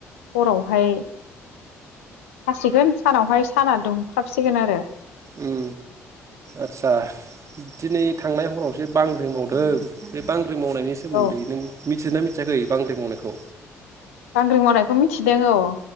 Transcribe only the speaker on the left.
हरावहाय हासिगोन सानावहाय साना दुंख्लाबसिगोन आरो
औ
बांग्रिं मावनायखौ मिथिदों औ